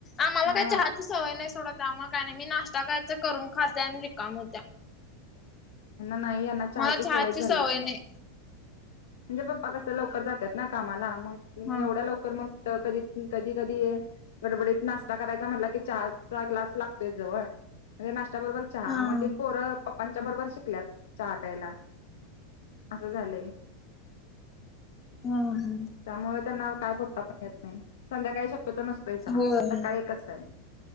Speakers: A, on the left (about 20°); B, on the left (about 80°).
A: आम्हाला
B: हा
A: काय चाहते. सवय नाही सोडत मग काय नाही मी नाश्ता खायं करून खाते आणि रिकाम होत्या.
B: यांना नाही यांना चहाची
A: मला छहाची
B: झाल्या.
A: सवय नाही.
B: म्हणजे पप्पा कस लवकर जातात ना कामाला मग
A: हा
B: एवढ्या लवकर मग कधी कधी कधी. गडबडीत नाश्ता करायचा म्हटला की चहाचा ग्लास लागतोय जवळ. म्हणजे नाशत्या बरोबर चहा
A: हा
B: मग ते पोरं पप्पांच्या बरोबर शिकल्यात चहा प्यायला. असं झालंय.
A: ह ह
B: त्यामुळे त्यांना काय भता पण येत नाही संध्याकाळी शक्यतो नसतोय चहा
A: होय
B: सकाळी एकच टाम.